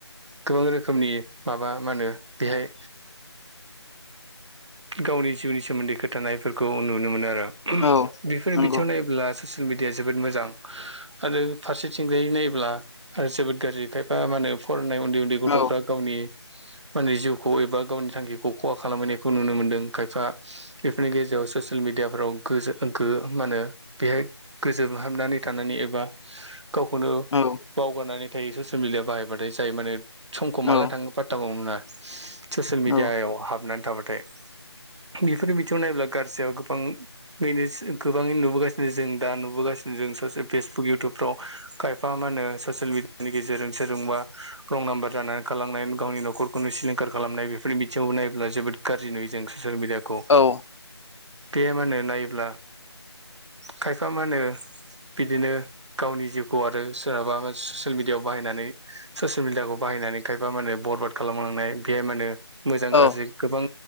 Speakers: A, on the right; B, on the left.
A: गोबां रोखोमनि माबा मा होनो बेहाय गावनि जिउनि सोमोन्दै खोथानायफोरखौ नुनो मोनो आरो।
B: औ
A: बेफोरनि
B: नंगौ
A: बिथिङाव नायोब्ला ससियेल मिडिया जोबोद मोजां आरो फारसेथिंजाय नायोब्ला आरो जोबोद गाज्रि। खायफा मा होनो फरायनाय उन्दै उन्दै गथ'फ्रा
B: औ
A: गावनि माने जिउखौ एबा गावनि थांखिखौ खहा खालामहैनायखौ नुनो मोनदों खायफा, बेफोरनि गेजेराव स ससियेल मिडियाफ्राव गोजो गो मा होनो बेहाय गोजोमहाबनानै थानानै एबा गावखौनो
B: औ
A: बावगारनानै थायो ससियेल मिडिया बाहायबाथाय जाय माने समखौ माला
B: औ
A: थाङो फाथ्थाखौनो मोना ससियेल मिडियाायाव
B: औ
A: हाबनानै थाबाथाय। बेफोर बिथिङाव नायोब्ला गाज्रिया गोबां बेनो गोबाङै नुबोगासिनो जों दा नुबोगासिनो जों ससे फेसबुक इउटुबफ्राव। खायफा मा होनो ससियेल मिडियानि गेजेरजों सोरजोंबा रं नाम्बार जानानै खालांनाय गावनि न'खरखौनो सिलिंखार खालामनाय बेफोरनि बिथिङाव नायोब्ला जोबोद गाज्रि नुयो जों ससियेल मिडियाखौ।
B: औ
A: बे मा होनो नायोब्ला खायफा मा होनो बिदिनो गावनि जिउखौ आरो सोरहाबा ससियेल मिडियाआव बाहायनानै ससियेल मिडियाखौ बाहायनानै खायफा माने बरबाद खालामलांनाय बेहाय माने मोजां
B: औ
A: गाज्रि गोबां